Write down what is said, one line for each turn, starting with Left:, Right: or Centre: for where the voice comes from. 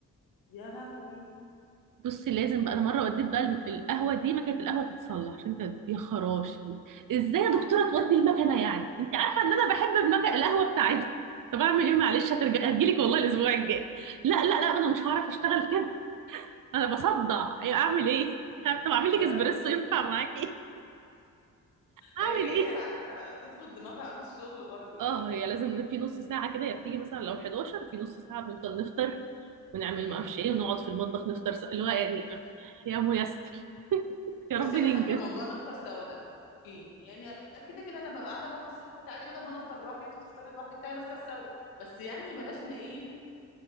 Left: يا لهوي
Right: بصي لازم بقى انا مره وديت بقى الم- القهوه دي مكنه القهوه تتصلح عشان انت يا خراشي ازاي يا دكتوره تودي المكنه يعني انت عارفه ان انا بحب المكنه القهوه بتاعتكم طب اعمل ايه معلش هترجع هتجيلك والله الاسبوع الجاي لا لا لا انا مش هعرف اشتغل كده انا بصدع ايوه اعمل ايه طب اعمل لك
Left: يا
Right: اسبريسو
Left: لهوي
Right: ينفع معاكي اعمل
Left: هي جايه
Right: ايه
Left: عايزه تظبط دماغها قبل الشغل برضه يعني
Right: اه هي لازم في نص ساعه كده هي بتيجي مثلا لو 11 في نص ساعه بنفضل نفطر ونعمل
Left: امم
Right: ما اعرفش ايه ونقعد في المطبخ نفطر س- اللي هو يعني يا ميسر يا
Left: بصي
Right: رب ننجز
Left: انا احب موضوع نفطر سوا ده اوكي يعني كده كده انا ببقى قاعده لوحدي الصبح تعالي بدل ما نفطر لوحدي وانتي تفطري لوحدك تعالي نفطر سوا بس يعني بلاش ن- ايه